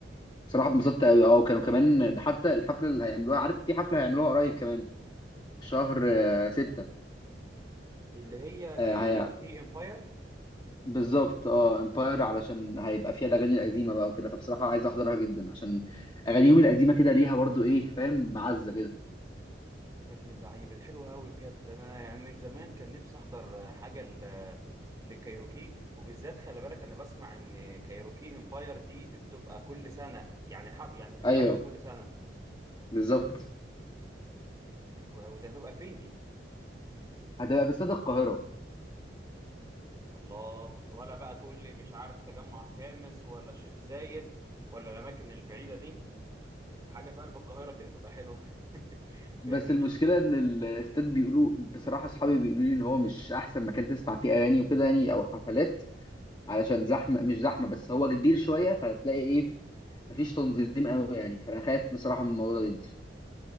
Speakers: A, on the left (about 25°); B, on the right (about 20°).
A: بصراحه اتبسطت قوي اه وكانوا كمان ده حتى الحفله اللي هيعملوها عارف في حفله هيعملوها قريب كمان في شهر آه، ستة
B: دي اللي هي كايروكي
A: آه هي
B: امباير
A: بالظبط اه امباير علشان هيبقى فيها الاغاني القديمه بقى وكده فبصراحه عايز احضرها جدا عشان اغانيهم القديمه كده ليها برضو ايه فاهم معزه كده
B: يا ابن اللعيبه دي حلوه قوي بجد انا يعني من زمان كان نفسي احضر حاجه ل- لكايروكي وبالذات خلي بالك انا بسمع ان كايروكي امباير دي, دي بتبقى كل سنه يعني الح... يعني الامباير
A: ايوه
B: دي كل سنه
A: بالظبط
B: حلو قوي ده هتبقى فين دي
A: هتبقى في استاد القاهره
B: الله ولا بقى تقول لي مش عارف تجمع الخامس ولا الشيخ زايد ولا الاماكن البعيده دي حاجه في قلب القاهره كده تبقى حلوه <laughs>
A: بس
B: فاهمني
A: المشكله ان الاستاد بيقولوا بصراحه اصحابي بيقولوا لي ان هو مش احسن مكان تسمع فيه اغاني وكده يعني او حفلات علشان زحمه مش زحمه بس هو كبير شويه فهتلاقي ايه مفيش تنظيم قوي يعني فانا خايف بصراحه من الموضوع ده جدا